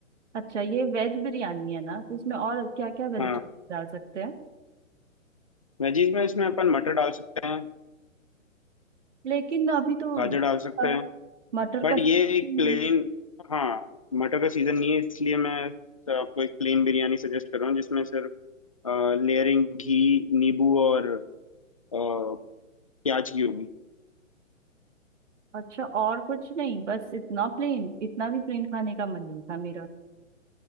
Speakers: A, on the right; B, on the left.
A: अच्छा ये वेज बिरयानी है ना तो इसमें और क्या क्या वेजिटेबल
B: हाँ
A: डाल सकते हैं
B: वेजीज में इसमें अपन मटर डाल सकते हैं
A: लेकिन अभी तो
B: गाजर डाल सकते
A: अ,
B: हैं
A: मटर
B: बट
A: का हम्म,
B: ये एक प्लेन हाँ मटर का सीजन नहीं है इसलिए मैं तो आपको एक प्लेन बिरयानी सजेस्ट कर रहा हूँ जिसमें सिर्फ लेयरिंग घी नींबू और अ, प्याज की होगी
A: अच्छा और कुछ नहीं बस इतना प्लेन इतना भी प्लेन खाने का मन नहीं था मेरा